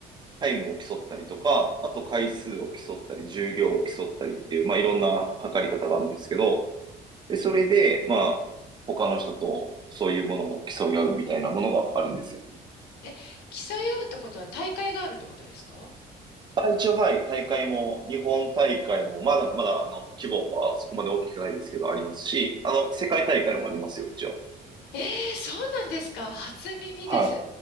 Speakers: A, on the right; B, on the left.
A: タイムを競ったりとか、あと回数を競ったり、重量を競ったりっていう、まあ、いろんな測り方があるんですけど、で、それで、まあ、他の人とそういうものを競い合うみたいなものがあるんですよ。
B: え、競い合うってことは大会があるってことですか
A: あ、一応、はい、大会も、日本大会も、まだまだ、あの、規模はそこまで大きくないですけど、ありますし、あの、世界大会もありますよ、一応。
B: えー、そうなんですか。初耳です。
A: はい、